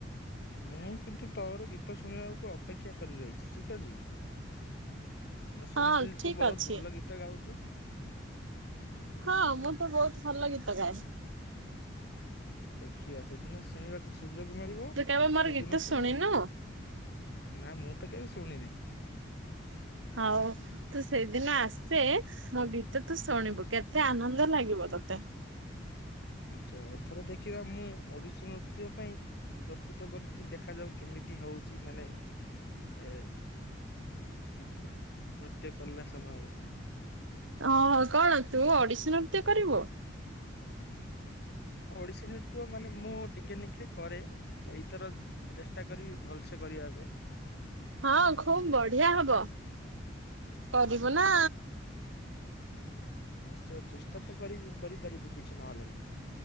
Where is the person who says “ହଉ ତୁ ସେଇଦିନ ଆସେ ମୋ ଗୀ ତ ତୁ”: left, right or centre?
Right